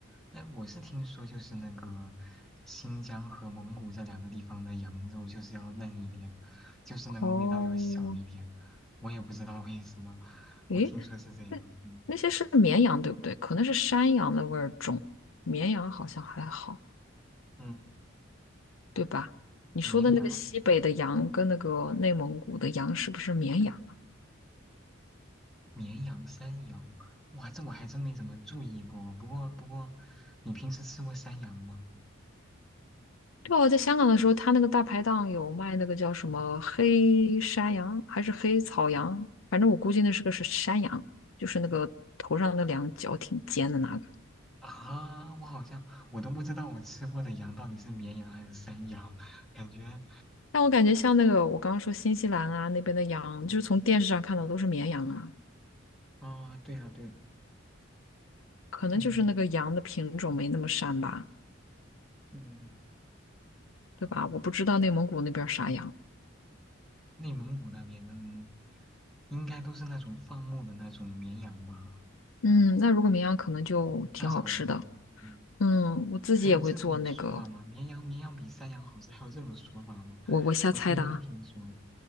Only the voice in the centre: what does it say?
哎，我是听说就是那个新疆和蒙古这两个地方的羊肉就是要嫩一点，就是那个味道要小一点，
我也不知道为什么，
我听说是这样，
嗯
嗯，
绵羊、绵羊、山羊，哇，这我还真没怎么注意过，不过不过，你平时吃过山羊吗？
啊，我好像我都不知道我吃过的羊到底是绵羊还是山羊，<laughs> 感觉。
嗯，
哦，对了对了，
嗯嗯，
内蒙古那边，嗯，应该都是那种放牧的那种绵羊吧，
嗯，大草地嘛，嗯，
还有这种说法吗？绵羊绵羊比山羊好吃，还有这种说法吗？
我第一次听说